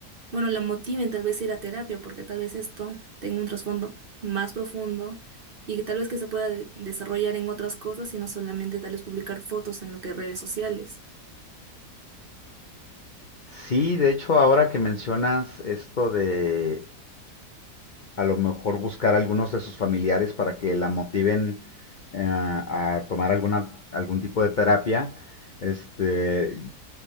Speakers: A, on the right; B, on the left.
A: bueno, la motiven tal vez a ir a terapia porque tal vez esto tenga un trasfondo más profundo y que tal vez que se pueda de- desarrollar en otras cosas y no solamente tal vez publicar fotos en lo que redes sociales.
B: Sí, de hecho, ahora que mencionas esto de a lo mejor buscar a algunos de sus familiares para que la motiven eh, a tomar alguna, algún tipo de terapia. Este,